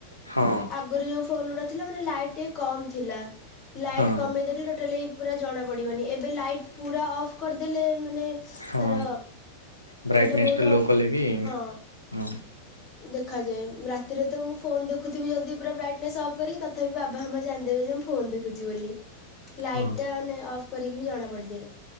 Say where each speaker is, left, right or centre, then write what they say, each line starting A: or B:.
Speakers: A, on the left (about 85°); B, on the left (about 25°).
A: ହଁ
B: ଆଗରୁ ଯୋଉଁ ଫୋନ ଗୁଡାଥିଲା ମାନେ ଲାଇଟ୍ ଟ କମ୍ ଥିଲା। ଲାଇଟ
A: ହଁ
B: କମେଇ ଦେଲେ ଟୋଟାଲୀ ପୁରା ଜଣା ପଡିବନି। ଏବେ ଲାଇଟ ପୁରା ଅଫ କରିଦଲେ ମାନେ
A: ହଁ
B: ତାର
A: ବ୍ରାଇଟନେସ୍
B: ସେଟା ବହୁତ
A: ଟା ଲୋ କଲେ ବି
B: ହଁ
A: ହଁ
B: ଦେଖାଯାଏ। ରାତିରେତ ମୁଁ ଫୋନ ଦେଖ ଦେଖୁଥିବି ଯଦି ପୁରା ବ୍ରାଇଟନେସ୍ ଅଫ୍ କରିକି, ତଥାପି ବାବା ମାମା ଜାଣିଦେବେ ଯେ ମୁଁ ଫୋନ ଦେଖୁଛି ବୋଲି। ଲାଇଟ୍
A: ହଁ।
B: ମାନେ ଅଫ୍ କରିକିବି ଜଣା ପଡ଼ିଯାଏ।